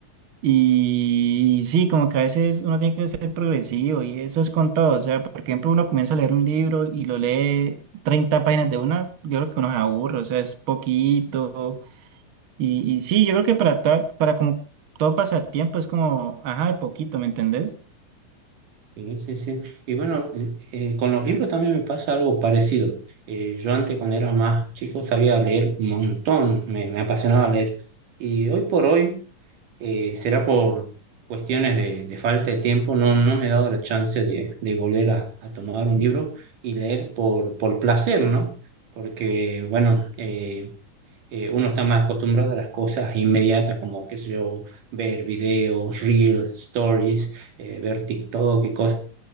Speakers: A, on the right (about 50°); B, on the right (about 80°).
A: Y, sí, como que a veces uno tiene que ser progresivo y eso es con todo, o sea, por ejemplo, uno comienza a leer un libro y lo lee 30 páginas de una, yo creo que uno se aburre, o sea, es poquito y, y sí, yo creo que para, ta- para como todo pasatiempo es como, ajá, de poquito, ¿me entendés?
B: Sí, sí, sí. Y bueno, eh, con los libros también me pasa algo parecido. Eh, yo antes, cuando era más chico, sabía leer un montón, me, me apasionaba leer. Y hoy por hoy, eh, será por cuestiones de, de falta de tiempo, no, no me he dado la chance de, de volver a, a tomar un libro y leer por, por placer, ¿no? Porque, bueno, eh, eh, uno está más acostumbrado a las cosas inmediatas, como, qué sé yo, ver videos, reels, stories, eh, ver TikTok y cosas